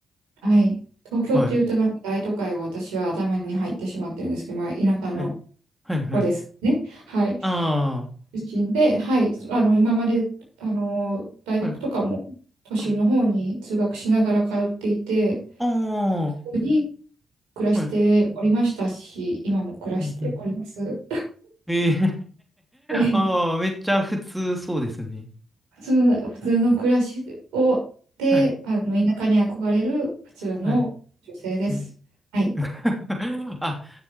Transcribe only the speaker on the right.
はい。東京っていうと、
なんか大都会を私は頭に入ってしまってるんですけど、まあ、田舎の
子ですね。はい。
出身で、はい。あの、今まで、あの、大学とかも都心の方に通学しながら通っていて、
普通に暮らしておりましたし、
今も暮らしております。
はい
普通の、普通の暮らしを、で、
あの、田舎に憧れる普通の女性です。
はい。